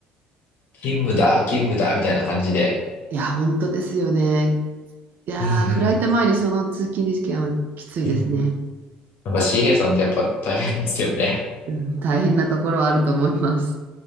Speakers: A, on the left; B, on the right.
A: う勤務だ、勤務だ、みたいな感じで。
B: いや、本当ですよね。いやー、
A: うんう
B: フライト前にその通勤時間はきついですね。
A: ん。うんなんか CA さんってやっぱ大変ですよね。
B: うん大変なところはあると思います。